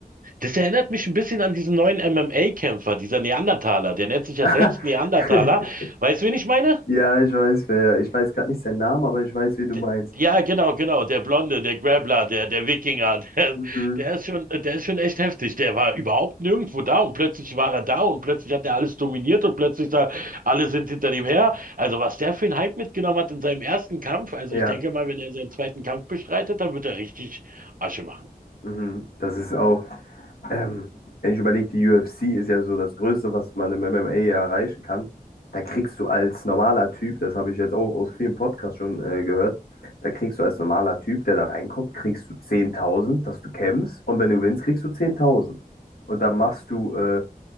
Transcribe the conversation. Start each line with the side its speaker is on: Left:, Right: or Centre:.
Right: Das erinnert mich ein bisschen an diesen neuen MMA-Kämpfer, dieser Neandertaler. Der nennt sich ja
Left: <laughs>
Right: selbst Neandertaler. Weißt du, wen ich meine?
Left: Ja, ich weiß, wer. Ich weiß gerade nicht seinen Namen, aber ich weiß, wen du meinst.
Right: D- Ja, genau, genau. Der Blonde, der Grappler, der, der Wikinger, <laughs> der,
Left: Mhm.
Right: der ist schon, der ist schon echt heftig. Der war überhaupt nirgendwo da und plötzlich war er da und plötzlich hat er alles dominiert und plötzlich da, alle sind hinter dem her. Also was der für einen Hype mitgenommen hat in seinem ersten Kampf, also
Left: Ja,
Right: ich denke mal, wenn er seinen zweiten Kampf bestreitet, dann wird er richtig Asche machen.
Left: mhm. Das ist auch, ähm, wenn ich überlege, die UFC ist ja so das Größte, was man im MMA erreichen kann. Da kriegst du als normaler Typ, das habe ich jetzt auch aus vielen Podcasts schon äh, gehört, da kriegst du als normaler Typ, der da reinkommt, kriegst du 10.000, dass du kämpfst und wenn du gewinnst, kriegst du zehntausend Und dann machst du äh,